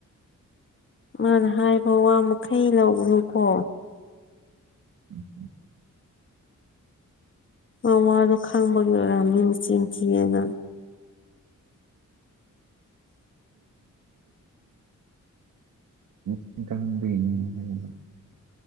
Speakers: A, on the left; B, on the right.
A: ꯃꯥꯅ ꯍꯥꯏꯈ ꯋꯥ ꯃꯈꯩ ꯂꯧꯒꯅꯨꯀꯣ
B: ꯎꯝ ꯎꯝ
A: ꯃꯥ ꯋꯥꯗꯣ ꯈꯪꯕꯒꯤ ꯑꯣꯏꯔꯝꯒꯅꯤ ꯃꯗꯣ ꯆꯤꯟ ꯊꯤꯌꯦꯅ
B: <unintelligible> <unintelligible> ꯃꯆꯤꯟ ꯀꯟꯕꯒꯤꯅꯦ ꯥꯏꯕ